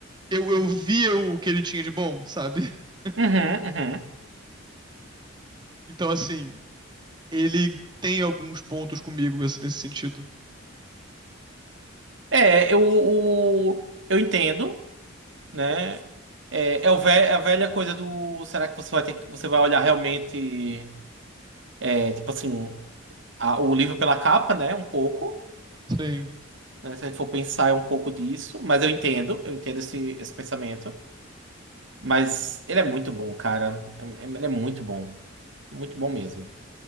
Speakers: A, on the right; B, on the right.
A: eu, eu via o que ele tinha de bom, sabe? <laughs>
B: Uhum, uhum.
A: Então, assim, ele tem alguns pontos comigo assim, nesse sentido.
B: É, eu, o- eu entendo, né? É, é o ve- é a velha coisa do. Será que você vai ter que. Você vai olhar realmente, é, tipo assim, a- o livro pela capa, né? Um pouco.
A: Sim.
B: né? Se a gente for pensar, é um pouco disso. Mas eu entendo, eu entendo esse, esse pensamento. Mas ele é muito bom, cara. É- é- Ele é muito bom. Muito bom mesmo.